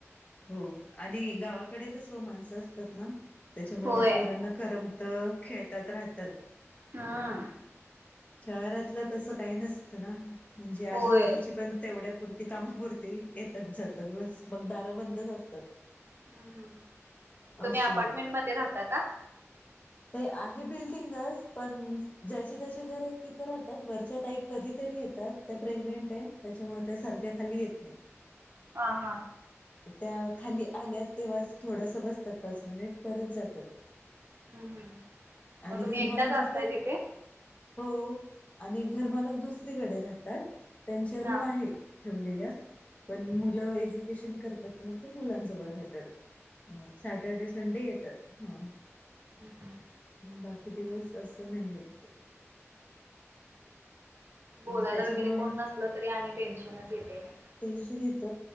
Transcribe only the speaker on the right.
होय
हा आ.
होय
हम् हम् तुम्ही
अपार्टमेंट मध्ये राहता का.
हा हा
हम्म हम्म
मग तुम्ही
एकट्याच
असताय तिथे?
हा
हा.
हम् <inaudible>
बोलायला
वगैरे
कोण नसल तरी आणि टेन्शनच येते नाही.